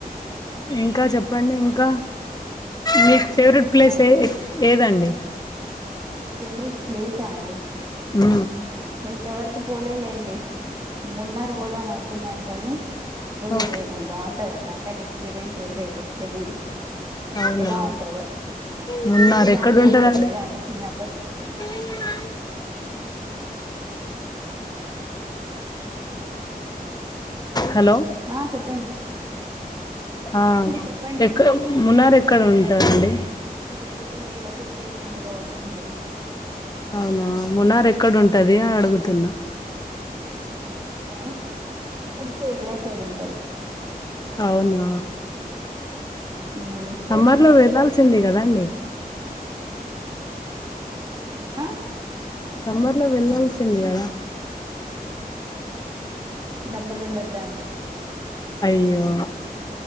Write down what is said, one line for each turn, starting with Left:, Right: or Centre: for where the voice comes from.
Left: ఇంకా చెప్పండి ఇంక మీకు ఫేవరెట్
Right: చెప్పాలండి
Left: ప్లేస్ ఏ ఏదండి
Right: ఫేవరెట్ ప్లేసా అండి
Left: ఉ
Right: ఇంతవరకు పోలేలేండి మున్నార్ పోదాం అనుకున్నాను గాని పోలేదు
Left: ఓకే
Right: లేదండి బాగుంటదట కానీ ఎక్స్పీరియన్స్ చేయలేదు తెలీదు
Left: అవునా
Right: ఎలా ఉంటదో
Left: మున్నార్
Right: ఊటీ
Left: ఎక్కడ
Right: బానే
Left: ఉంటదండి
Right: ఉంటది ఎల్లను చిన్న
Left: <inaudible> హలో
Right: ఆ చెప్పం
Left: ఆ
Right: చెప్పండి
Left: ఎక్క మునార్ ఎక్కడ ఉంటదండి
Right: ఇది ఏంటండి నోటిఫికేషన్ ఏదో వస్తుందే
Left: అవునా మునార్ ఎక్కడ ఉంటది అని అడుగుతున్న
Right: <unintelligible> కేరళ సైడ్ ఉం
Left: అవునా
Right: మ్మ్
Left: సమ్మర్ లో వెళ్లాల్సిందే కదా అండి
Right: అ
Left: సమ్మర్ లో వెళ్లాల్సింది కదా
Right: డబ్బులు ఉండోద్దా అండి
Left: అయ్యో